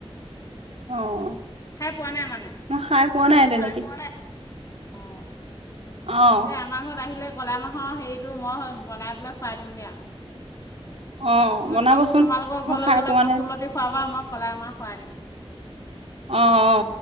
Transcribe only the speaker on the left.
খাই পোৱা নাই মানে?
খাই পোৱা নাই। অ
এ আমাৰ ঘৰত আহিলে কলাই মাহৰ হেৰিটো, মই বনাই পেলাই খুৱাই দিম দিয়া।
তুমি
কচু, তোমালোকৰ
ঘৰলৈ
গ'লে
কচুলতি
খুৱাবা আমাক। কলাই মাহ খোৱাই দিম?